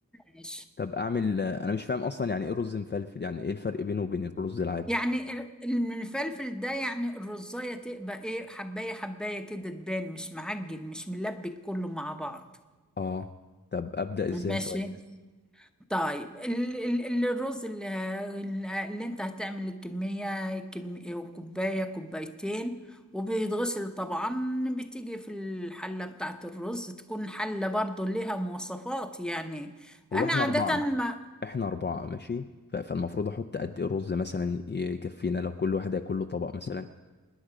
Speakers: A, in the centre; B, on the left.
A: ماشي
B: طب اعمل انا مش فاهم اصلا يعني ايه رز مفلفل يعني ايه الفرق بينه وبين الرز العادي
A: يعني ال- المفلفل ده يعني الرزاية تبقى ايه حباية حباية كده تبان مش معجن مش ملبك كله مع بعض
B: اه طب ابدا ازاي
A: ماشي
B: طيب
A: طيب ال- ال- ال- الرز ال- ال- اللي انت هتعمل الكمية كم- كوباية كوبايتين وبيتغسل طبعا بتيجي في الحلة بتاعت الرز تكون حلة برضو ليها مواصفات يعني
B: هو
A: انا
B: احنا
A: عادة
B: اربعه
A: آه. ما
B: احنا اربعة ماشي ف- فالمفروض احط قد ايه رز مثلا يكفينا لو كل واحد هياكل له طبق مثلا